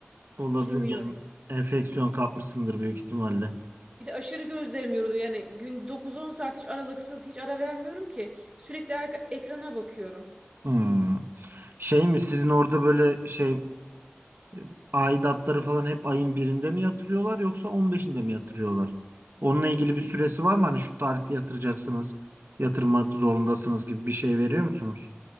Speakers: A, on the right (about 60°); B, on the right (about 25°).
A: olabilir
B: bilmiyorum.
A: canım. Enfeksiyon kapmışsındır büyük ihtimalle.
B: Bir de aşırı gözlerim yoruluyor. Yani gün 9-10 saat hiç aralıksız hiç ara vermiyorum ki. Sürekli arka- ekrana bakıyorum.
A: Hmm. Şey mi sizin orada böyle şey e, aidatları falan hep ayın birinde mi yatırıyorlar yoksa on beşinde mi yatırıyorlar? Onunla ilgili bir süresi var mı? Hani şu tarihte yatıracaksınız, yatırmak zorundasınız gibi bir şey veriyor musunuz?